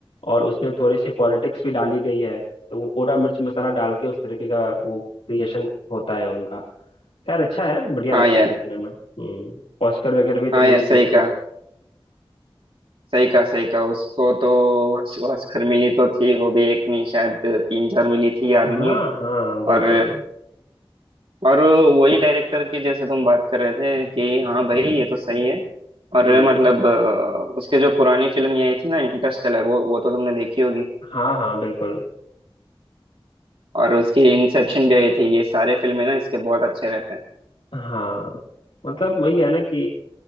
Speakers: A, on the left (about 70°); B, on the right (about 65°).
A: और उसमें थोड़ी सी पॉलिटिक्स भी डाली गई है तो वो पूरा मिर्च मसाला डाल के उस तरीके का वो क्रिएशन होता है उनका खैर अच्छा है बढ़िया
B: हाँ
A: लगता
B: यार
A: है देखने में हम्म ऑस्कर वगैरह भी तो
B: हाँ
A: मिली
B: यार सही
A: थी उसको
B: कहा सही कहा सही कहा उसको तो ऑस्कर मिली तो थी वो भी एक नहीं शायद तीन चार मिली थी याद
A: हाँ
B: नहीं है
A: हाँ बिल्कुल
B: और और वही डायरेक्टर की जैसे तुम बात कर रहे थे कि हाँ भाई ये तो सही है और
A: हम्म
B: मतलब अ, उसके जो पुरानी फिल्म ये आई थी ना इंटरस्टेलर वो वो तो तुमने देखी होगी
A: हाँ हाँ बिल्कुल
B: और उसकी इंसेप्शन भी आई थी ये सारे फिल्में ना इसके बहुत अच्छे रहते हैं
A: हाँ मतलब वही है ना कि